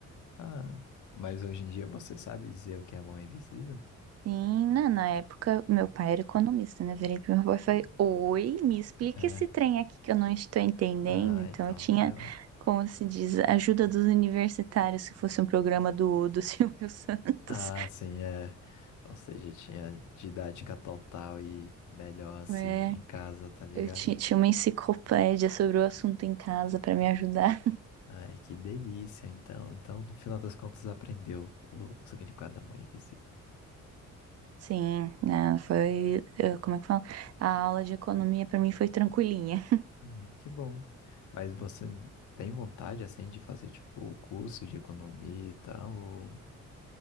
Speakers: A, on the left; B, on the right.
A: Ah, mas hoje em dia você sabe dizer o que é mão invisível?
B: Sim, na, na época, meu pai era economista, né? Virei pro meu pai e falei,
A: Ah.
B: oi, me explica
A: É,
B: esse trem aqui que eu não estou entendendo.
A: ah,
B: Então,
A: então
B: eu tinha,
A: foi ótimo.
B: como se diz, a ajuda dos universitários, se fosse um programa do, do <laughs> Silvio Santos.
A: Ah, sim, é. Ou seja, tinha didática total e melhor assim
B: É,
A: em casa, tá ligado?
B: eu ti- tinha uma enciclopédia sobre o assunto em casa para me ajudar.
A: Ai, que delícia, então. Então, no final das contas, aprendeu o, o significado da mão invisível.
B: Sim, né? Foi, eh, como é que fala? A aula de economia para mim foi tranquilinha.
A: Hum, que bom. Mas você tem vontade, assim, de fazer, tipo, o curso de economia e tal? Ou...